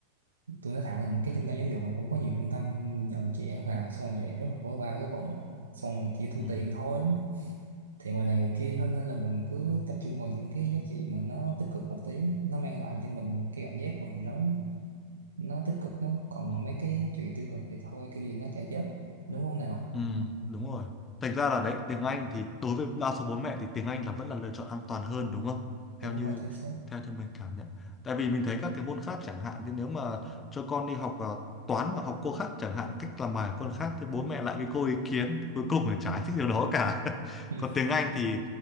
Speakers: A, on the right; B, on the left.
A: tôi nói thẳng là cái trung tâm giáo dục mà cũng có nhiều trung tâm nhận trẻ vào
B: ừ
A: xong rồi vậy rất là vớ va vớ vẩn xong rồi chỉ thu
B: ừ,
A: tiền thôi thì người này người kia hơn nên là mình cứ tập trung vào những cái giá trị mà nó tích cực một tí nó mang lại cho mình cái cảm giác mà nó nó tích cực đó còn
B: Ờ.
A: mấy cái chuyện tiêu cực thì thôi kiểu gì nó chả chết đúng
B: Ừ,
A: không nào
B: Ừ,
A: ừ,
B: đúng rồi. Thành ra là đấy, tiếng Anh thì đối với đa số bố mẹ thì tiếng Anh là vẫn là lựa chọn an toàn hơn đúng không?
A: đúng
B: Theo như
A: rồi chính xác
B: theo như mình cảm nhận. Tại vì mình thấy các cái môn khác chẳng hạn thì nếu mà cho con đi học à, toán mà học cô khác chẳng hạn cách làm bài của con khác thì bố mẹ lại bị cô ý kiến cuối cùng là chả thích điều đó cả. <laughs>
A: <laughs>
B: Còn tiếng Anh thì